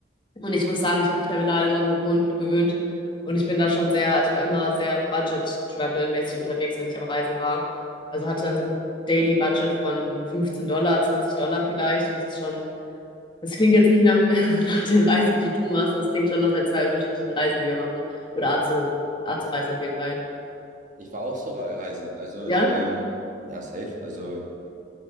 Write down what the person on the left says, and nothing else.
Und ich muss sagen, ich habe mich da mittlerweile dran gewohnt, gewöhnt. Und ich bin da schon sehr, also ich war immer sehr Budget-Travel-mäßig unterwegs, wenn ich am Reisen war. Also hatte dann so ein Daily Budget von 15 Dollar, 20 Dollar vielleicht. Und das ist schon, das klingt jetzt nicht nach, <laughs> nach den Reisen, die du machst. Das klingt schon nach sehr zwei unterschiedlichen Reisen, die wir machen. Oder Art zu, Art zu reisen auf jeden Fall.
Ja?